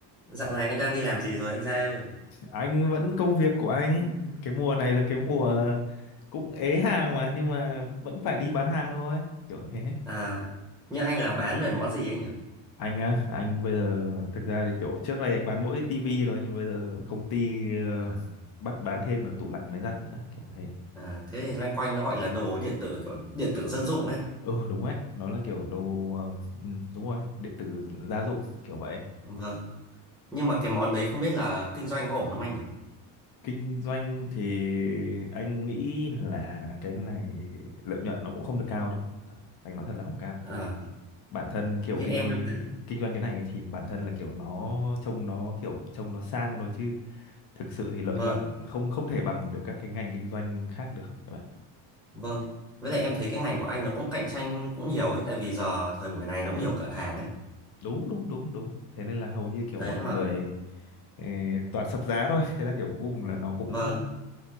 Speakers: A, in the centre; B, on the left (about 50°).
A: Dạo này anh đang đi làm gì rồi anh Giai ơi?
B: anh vẫn công việc của anh cái mùa này là cái mùa cũng ế hàng mà nhưng mà vẫn phải đi bán hàng thôi kiểu thế
A: À, như anh là bán về món gì anh nhỉ?
B: anh á anh bây giờ thực ra thì kiểu trước đây anh bán mỗi tivi thôi nhưng bây giờ công ty ờ,
A: À,
B: bắt bán thêm cả tủ lạnh máy giặt nữa kiểu thế
A: à, thế thì loanh quanh nó gọi là đồ điện tử kiểu điện tử dân dụng ấy.
B: ừ đúng đấy nó là kiểu đồ ừm, ừm, đúng rồi điện tử gia dụng kiểu vậy
A: Đúng rồi. Nhưng mà cái món đấy không biết là kinh doanh có ổn không anh nhỉ?
B: kinh doanh thì anh nghĩ là cái này lợi nhuận nó cũng không được cao đâu thật anh nói thật là không cao
A: À,
B: bản thân kiểu
A: như
B: kinh
A: em
B: doanh
A: em thấy,
B: kinh doanh cái này ấy, thì bản thân là kiểu nó trông nó kiểu trông nó sang thôi chứ thực sự thì lợi
A: vâng,
B: nhuận không không thể bằng được các cái ngành kinh doanh khác được các bạn.
A: vâng. Với lại em thấy cái ngành của anh nó cũng cạnh tranh cũng nhiều ấy, tại vì giờ thời buổi này nó cũng nhiều cửa hàng ấy.
B: đúng đúng đúng đúng thế nên là hầu như kiểu
A: Đấy
B: mọi
A: mà,
B: người ờ, toàn sập giá thôi thế là kiểu cuối cùng là nó cũng
A: vâng,